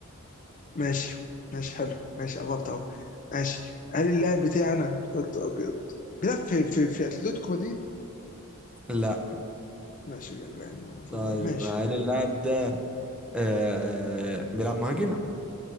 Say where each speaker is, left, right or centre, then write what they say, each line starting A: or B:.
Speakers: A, on the left; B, in the centre.
A: ماشي ماشي حلو ماشي قربت اهو ماشي قال اللاعب بتاعنا قلت ابيض بيلعب في في في اتلتيكو مدريد
B: لا
A: ماشي يعني يعني المفروض
B: طيب
A: يعني- ماشي
B: هل
A: خلاص
B: اللاعب ده آه بيلعب مهاجم